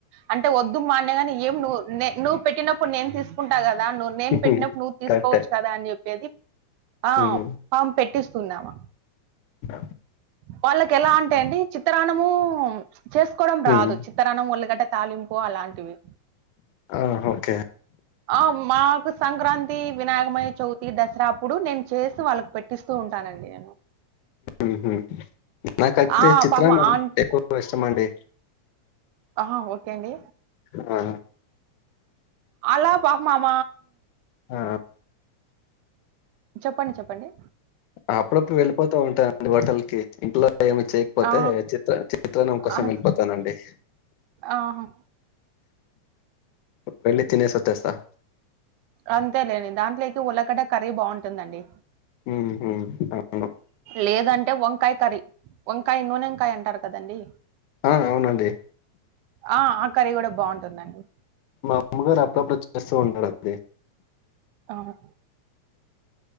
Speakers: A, on the right; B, on the left.
A: అంటే వద్దు మా అన్న గానే ఏం ను నువ్ పెట్టినప్పుడు నేను తీసు కుంటా కదా నువ్
B: హ్మ్.
A: నేను పెట్టినప్పు నువ్వు తీసుకోవచ్చు
B: కరెక్టే.
A: కదా అని చెప్పేది ఆ
B: హ్మ్.
A: ఆం పెట్టిస్తుంది ఆమ
B: స
A: వాళ్ళకి ఎలా అంటే అండి చిత్రాన్నము చేసుకోడం
B: హ్మ్.
A: రాదు చిత్తరానం ఒళ్ళిగడ్డ తాలింపు అలాంటివి
B: ఆ! ఓకే.
A: ఆ మాకు సంక్రాంతి వినాయకమయ చవితి దసరా అప్పుడు నేను చేసి వాళ్ళకి పెట్ టిస్తూ ఉంటానండి అన్ని
B: ఉహు నాక యితే
A: ఆ
B: చిత్రం
A: పాపం
B: అంటే
A: ఆంట్
B: ఎక్కువ ఇష్టం అండి
A: అహా ఓకే అండి
B: హా
A: అలా పాపం ఆమ
B: ఆ!
A: చెప్పండి చెప్పండి
B: అప్పుడప్పుడు వెళ్ళిపోతుంటాదండి హొటల్కి ఇంట్లో ఏమి చేయక్ పోతే
A: ఆ
B: చిత్ర చిత్రణం కోసం
A: ఆ,
B: వెళ్ళిపోతానండి
A: ఆహా.
B: వెళ్ళి తినేసి వచ్చేస్త
A: అంతేలేని దాంట్లోకి ఉల్లగడ్డ కర్రీ బావుంటుందండి
B: ఉహు పాపం
A: లేదంటే వంకాయ కర్రీ వంకాయ నూనెంకాయంటారు కదండి
B: ఆ అవునండి
A: అ ఆ కర్రీ కూడ బాగుంటుందండి
B: మా అమ్మగారు అప్పుడప్పుడు వచ్చి తెస్తూ ఉంటారండి
A: ఆహా